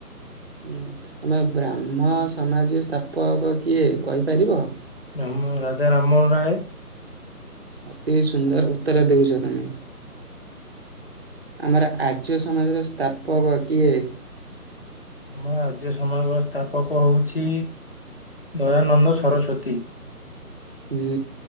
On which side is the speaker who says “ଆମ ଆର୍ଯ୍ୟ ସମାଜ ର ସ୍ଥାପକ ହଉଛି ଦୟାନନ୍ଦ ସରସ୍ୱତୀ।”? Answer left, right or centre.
Left